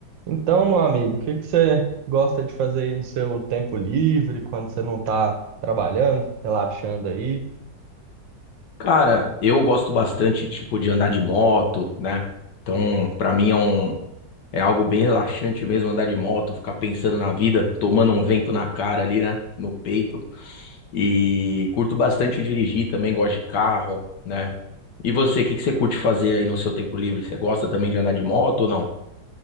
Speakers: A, on the right; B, on the left.
A: Então, meu amigo, o que que você gosta de fazer aí no seu tempo livre, quando você não tá trabalhando, relaxando aí?
B: Cara, eu gosto bastante, tipo, de andar de moto, né? Então, pra mim é um, é algo bem relaxante mesmo andar de moto, ficar pensando na vida, tomando um vento na cara ali, né? No peito. E curto bastante dirigir também, gosto de carro, né? E você, o que que você curte fazer aí no seu tempo livre? Você gosta também de andar de moto ou não?